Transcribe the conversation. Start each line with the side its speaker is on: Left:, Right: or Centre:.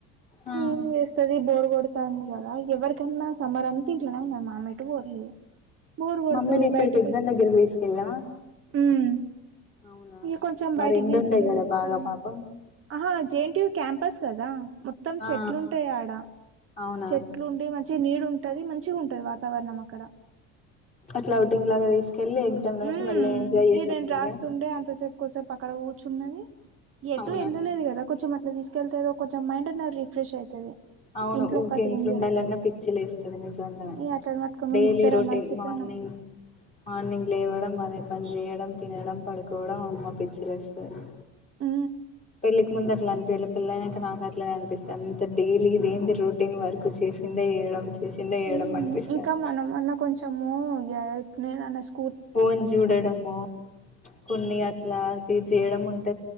Left: ఆ
Right: ఏం చేస్తది బోరు కొడుతా ఉంది గదా ఎవ్వరికన్నా సమ్మర్ అంతా ఇట్లేనే ఉన్నది నాన్న ఎటు పోలేదు బోరు కొడతది
Left: మమ్మీని ఎక్కడికి
Right: బయటకి
Left: ఎగ్జామ్
Right: వస్తే
Left: దగ్గరకి తీసుకెళ్ళావా
Right: ఉమ్
Left: అవునా
Right: ఇగ కొంచెం
Left: మరి
Right: బయటికి
Left: ఎండ
Right: తీసుకెళ్తూ
Left: ఉండే కదా బాగా పాపం
Right: ఆహా J N T U campus కదా మొత్తం చెట్లుంటాయి
Left: ఆ
Right: ఆడ.
Left: అవునా
Right: చెట్లు ఉండి మంచి మంచి నీడు ఉంటది మంచిగా ఉంటది వాతావరణం అక్కడ
Left: అట్లా ఔటింగ్ లాగా తీసుకెళ్ళి ఎగ్జామ్ రాసి
Right: ఉమ్
Left: మళ్ళీ ఎంజాయ్ చేసి
Right: ఇగ నేను
Left: వచ్చిండ్రా
Right: రాస్తుండే అంత సెప్ కోసేపు అక్కడ కూచున్నది ఎటు
Left: అవునా
Right: ఎల్లాలేదు కదా కొంచెం అట్లా తీసుక్ కెళ్తే కొంచెం మైండ్ అన్నా రిఫ్రెష్ అయితది
Left: అవును
Right: ఇంట్లో
Left: ఊకే
Right: ఒక్కతే
Left: ఇంట్ల
Right: ఏం చేస్తది
Left: ఉండాలన్నా పిచ్చి లేస్తుది నిజంగా
Right: ఇగ అట్లని పట్టుకొని
Left: డెలీ
Right: మేము ఇద్దరం
Left: రొటీన్
Right: అలసిపోయినాం
Left: మార్నింగ్ మార్నింగ్ లేవడం మదే పనిచేయడం తినడం పడుకోవడం అమ్మా పిచ్చి లేస్తది
Right: ఉ
Left: పెళ్ళకి ముందు అట్లా అనిపియాలే పిల్లయినాక నాకు అట్లేనే అనిపిస్తంది అంత డైలీ ఇది ఏంది రొటీన్ వర్క్ చే చిందే చేయడం చేసిందే చేయడం
Right: ఉమ్
Left: అనిపిస్తాంది
Right: ఇంకా మనమన్నా కొంచము యాక్ నేను అనస్
Left: ఫోన్ చూడడము వుచ్ కొన్ని అట్లా అది చేయడం ఉంట్